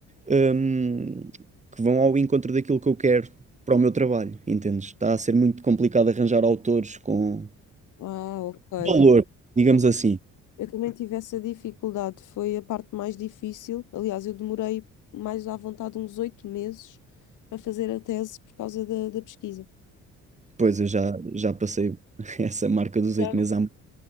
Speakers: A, on the right; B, on the left.
A: hum, que vão ao encontro daquilo que eu quero para o meu trabalho, entendes? Está a ser muito complicado arranjar autores com
B: Ah, ok.
A: valor, digamos
B: Eu,
A: assim.
B: eu também <laughs> tive essa dificuldade, foi a parte mais difícil. Aliás, eu demorei mais à vontade uns oito meses a fazer a tese por causa da, da pesquisa.
A: Pois eu já, já passei <laughs> essa marca dos
B: Já.
A: oito meses há muito.